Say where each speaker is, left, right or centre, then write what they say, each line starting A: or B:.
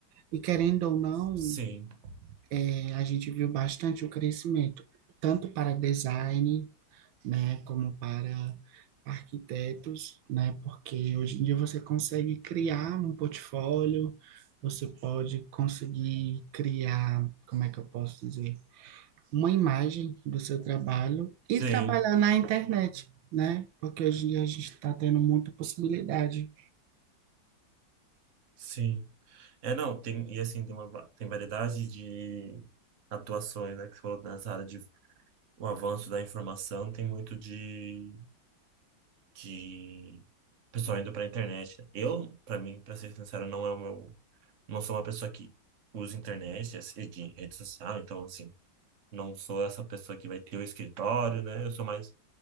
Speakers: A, on the right; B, on the right.
A: E querendo ou não,
B: sim,
A: é, a gente viu bastante o crescimento, tanto para design né, como para arquitetos, né, porque hoje em dia você consegue criar um portfólio, você pode conseguir criar, como é que eu posso dizer, uma imagem do seu trabalho e
B: sim,
A: trabalhar na internet, né, porque hoje em dia a gente está tendo muita possibilidade.
B: sim. É, não, tem, e assim, tem uma, va- tem variedade de atuações, né, que você falou nessa área de o avanço da informação, tem muito de, de pessoal indo pra internet. né. Eu, pra mim, pra ser sincero, não é o meu não sou uma pessoa que usa internet, assim, de rede social, então, assim, não sou essa pessoa que vai ter o escritório, né? Eu sou mais.